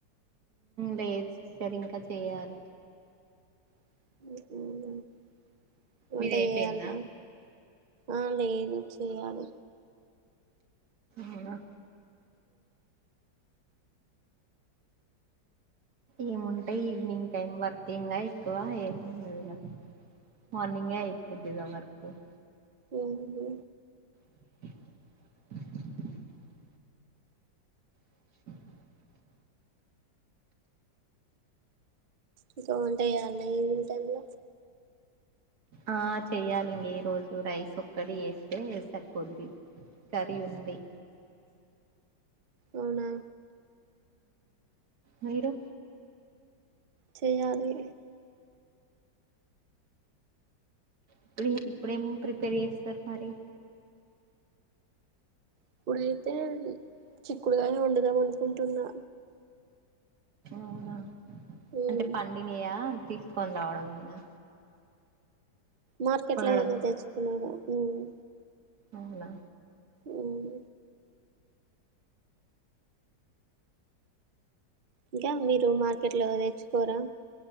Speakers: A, on the right; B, on the right.
A: లేదు సిస్టర్ ఇంకా చెయాలి
B: <unintelligible> వంట
A: మీది అయిపోయిందా
B: చేయాల ఆ లేదు చెయాలి
A: అవునా ఏముంటై ఈవినింగ్ టైమ్ వర్తంగా ఎక్కువ ఏముండదుగా మార్నింగ్ అయిపోద్దదివరి క
B: ఓహో
A: <unintelligible> <inaudible>
B: ఇంకా వంట చేయాలా ఈవినింగ్ టైమ్ లో
A: ఆ చేయ్యాలిం ఈ రోజు రైస్ ఒక్కటి చేస్తే సరిపోద్ది కర్రీ ఉంది
B: అవునా
A: మీరు
B: చెయలి
A: ఇప్పుడు ఇప్పుడేం ప్రిపేర్ చేస్తారు మరి
B: ఇప్పుడైతే చిక్కుడుగానే ఉండదాం అనుకుంటున్నా
A: అవునా
B: ఉమ్
A: అంటే పండినియా తీసుకొని రావడంనా
B: మార్కెట్
A: కొనడం
B: లోగానే తెచ్చుకున్నారూ ఉమ్
A: అవునా
B: ఉమ్ ఇంకా మీరు మార్కెట్ లో తేర్చ్చుకోరా